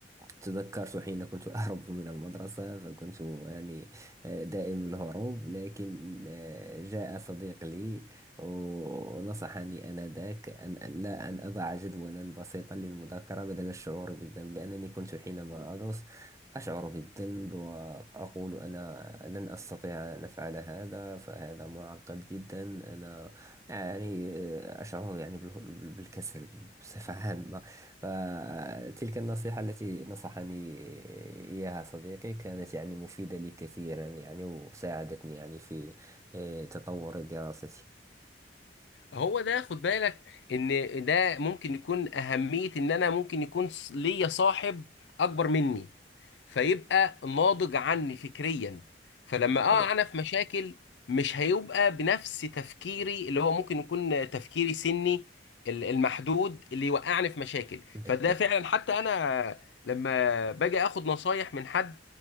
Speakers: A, on the right; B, on the left.
A: تذكرت حين كنت أهرب من المدرسة فكنت يعني آه، دائم الهروب لكن آه، جاء صديق لي ونصحني آنذاك أن أن- لا أن أضع جدولا بسيطا للمذاكرة بدل الشعور بالذنب لأنني كنت حينما أدرس أشعر بالذنب وأقول أنا لن أستطيع أن أفعل هذا فهذا معقد جدا أنا يعني آه، أشعر يعني بال- بالكسل بصفة عامة فتلك النصيحة التي نصحني إياها صديقي كانت يعني مفيدة لي كثيرا يعني وساعدتني يعني في آه، تطور دراستي
B: هو ده خد بالك ان ده ممكن يكون اهمية ان انا ممكن يكون ص- ليا صاحب اكبر مني فيبقى ناضج عني فكريا فلما
A: بالطبع
B: اقع انا في مشاكل مش هيبقى بنفس تفكيري اللي هو ممكن يكون تفكيري سني ال- المحدود اللي يوقعني في مشاكل
A: بالطبع
B: فده فعلا حتى انا لما باجي اخد نصايح من حد